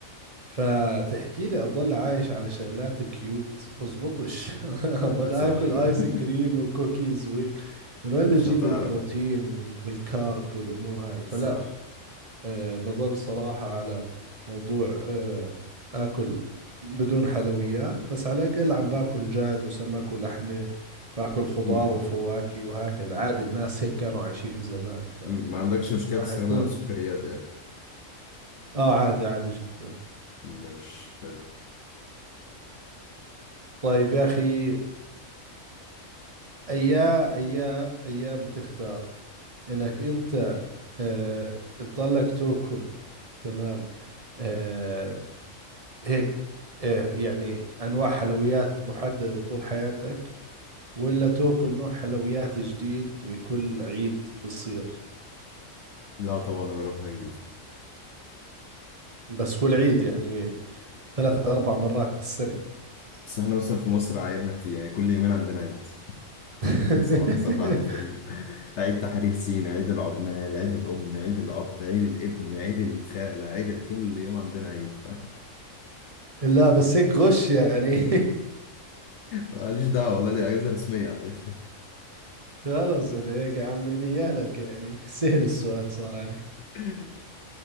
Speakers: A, on the right; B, on the left.
A: فتحكي لي اضل عايش على شغلات كيوت بزبطش <laughs> اضل
B: صح
A: اكل ايس
B: <laughs>
A: كريم وكوكيز وهيك من وين
B: مش
A: اجيب
B: هتعرف
A: البروتين وال- والكارب والامور هاي فلا
B: صح
A: آه، بضل صراحة على موضوع آه، آكل بدون حلويات بس على الأقل عم باكل دجاج وسمك ولحمة باكل خضار
B: امم
A: وفواكه وهكذا عادي الناس هيك كانوا عايشين زمان فما
B: أمم. ما عندكش مشكله تستغنى
A: حيكون
B: عن السكريات يعني
A: آه عادي عادي جدا
B: مش حلو
A: طيب يا أخي أيا أيا أيا بتختار إنك أنت آه، تضلك تاكل تمام آه، هيك آه، يعني أنواع حلويات محددة طول حياتك ولا تاكل نوع حلويات جديد بكل عيد بصير
B: لا طبعا نجرب حاجة جديدة
A: بس كل عيد يعني ثلاث أربع مرات بالسنة
B: بس احنا مثلا في مصر عيدنا كتير يعني كل يومين عندنا عيد <laughs>
A: <laughs>
B: يعني صباح صباح الفل عيد تحرير سينا عيد العمال عيد الأم عيد الأب عيد الابن عيد الخالة عيد كل يوم عندنا عيد <laughs> ف-
A: لا بس هيك غش يعني
B: ماليش دعوة والله دي أجازة رسمية عندنا
A: <laughs> خلص إذا هيك يا عمي نيالك يعني سهل السؤال صار عليه
B: <laughs>